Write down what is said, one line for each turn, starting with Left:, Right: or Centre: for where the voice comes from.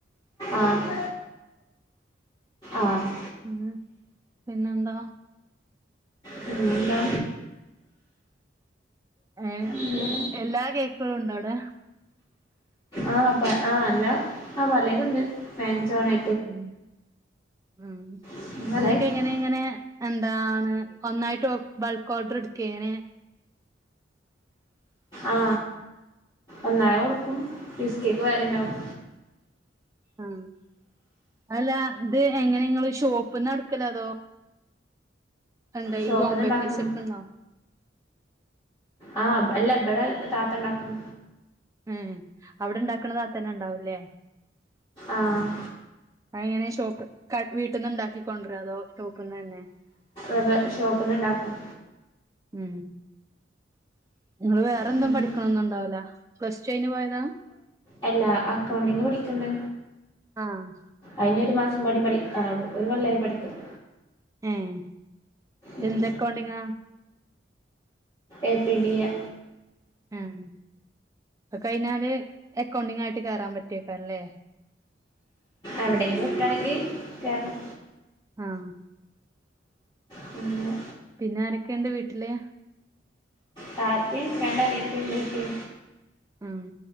Left: ആഹ് ആഹ്
Right: ഉം പിന്നെന്താ
Left: പിന്നെന്താ
Right: ഏഹ്
Left: ഇല്ല
Right: എല്ലാ കേക്കുകളും ണ്ടോ അവിടെ
Left: ആ ആ എല്ലാ ആ പലേതുണ്ട് മെഞ്ചോനെ
Right: ഉം ഉം
Left: അങ്ങനെ പല
Right: അതൊക്കെ
Left: ഐറ്റം
Right: എങ്ങനെ എങ്ങനെ എന്താണ് ഒന്നായിട്ട് ബൾക്ക് ഓർഡറ്ട്ക്കേ ങ്ങനെ
Left: ആ ഒന്നായും കൊടുക്കും പീസ്കേക്ക് വേറെണ്ടാവും
Right: ആ അല്ലാ ഇത് എങ്ങനെ ങ്ങള് ഷോപ്പ്ന്നാ ഇട്ക്കല് അതോ ന്താ
Left: ഷോപ്പ്ന്ന്
Right: ഈ ഹോം ബേക്കസ്ട്ത്ത്ന്നോ
Left: ഇണ്ടാക്കും ആ അല്ലബടെ താത്ത ണ്ടാക്കും
Right: ഏഹ് അവിടെണ്ടാക്ക്ണെ താത്തെന്നെണ്ടാവൂല്ലേ
Left: ആഹ്
Right: അയ്ങ്ങനെ ഷോപ്പ് വീട്ട്ന്ന്ണ്ടാക്കികൊണ്ട്രോ അതോ ഷോപ്പിൽന്ന് തന്നെ
Left: അതെ ഷോപ്പിൽണ്ടാക്കും
Right: ഉം ങ്ങള് വേറെന്നും
Left: പിന്നെ
Right: പഠിക്ക്ണൊന്നുംണ്ടാവൂലാ പ്ലസ്ടുയ്ഞ്ഞ് പോയതാ
Left: അല്ല അക്കൗണ്ടിങ് പടിക്ക്ണ്ട്
Right: ആഹ്
Left: അയ്ഞ്ഞൊരു മാസം പാടി പഠിക്കാനുള്ളൂ ഒരു കൊല്ലായി പഠിക്ക്നു
Right: ഏഹ്
Left: ഉം
Right: എന്ത് അക്കൗണ്ടിംങാ
Left: എ പി ഡി എ
Right: ഉം അയ് കഴിഞ്ഞാല് അക്കൗണ്ടിംഗായിട്ട് കേറാൻ പറ്റിയേക്കാരം ല്ലേ
Left: എവിടെലും കിട്ടാണെങ്കി കേറണം
Right: ആഹ്
Left: പിന്നെ
Right: പിന്നെ ആരൊക്കെണ്ട് വീട്ടില്
Left: താത്തേം രണ്ട് അനിയത്തിം മ്മച്ചിം
Right: ഉം